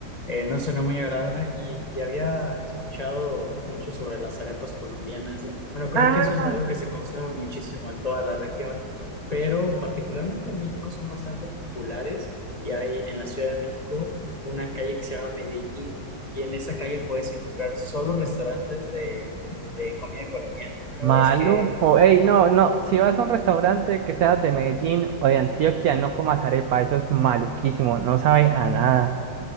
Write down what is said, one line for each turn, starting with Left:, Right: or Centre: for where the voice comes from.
Left: eh, no suena muy agradable y, y había escuchado mucho sobre las arepas colombianas. Bueno, creo
Right: <laughs>
Left: que eso es algo que se consume muchísimo en toda la región, pero particularmente en México son bastante populares y hay en la Ciudad de México una calle que se llama Medellín y en esa calle puedes encontrar solo restaurantes de, de comida colombiana. La
Right: Maluco,
Left: verdad es que...
Right: ey, no, no, si vas a un restaurante que seas de Medellín o de Antioquia, no comas arepa, eso es maluquísimo, no sabe a nada.